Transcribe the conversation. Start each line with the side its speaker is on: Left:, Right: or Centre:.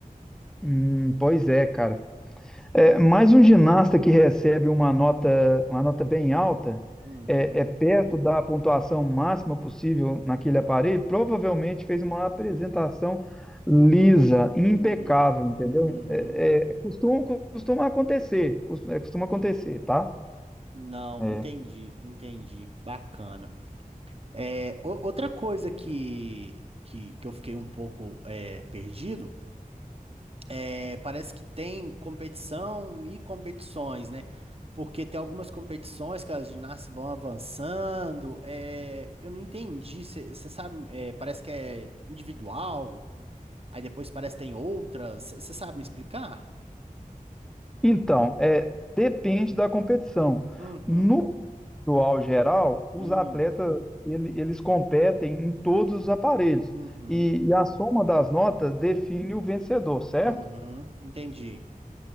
Centre: Hum, pois é, cara. É, mais um ginasta que recebe uma nota, uma nota bem alta,
Right: Uhum,
Centre: é, é perto da pontuação máxima possível naquele aparelho, provavelmente fez uma apresentação lisa, impecável,
Right: uhum,
Centre: entendeu?
Right: uhum.
Centre: É, é, costuma, costuma acontecer, costuma, costuma acontecer, tá?
Right: Não,
Centre: É.
Right: entendi, entendi. Bacana. É, o- outra coisa que, que, que eu fiquei um pouco é, perdido é parece que tem competição e competições, né? Porque tem algumas competições que as ginastas vão avançando. é, eu não entendi. Você sabe, é, parece que é individual, aí depois parece que tem outras. Você sabe me explicar?
Centre: Então, é, depende da competição.
Right: Uhum,
Centre: No individual geral, os
Right: hum,
Centre: atletas ele- eles competem em todos os aparelhos
Right: uhum,
Centre: e, e a soma das notas define o vencedor, certo?
Right: uhum, entendi.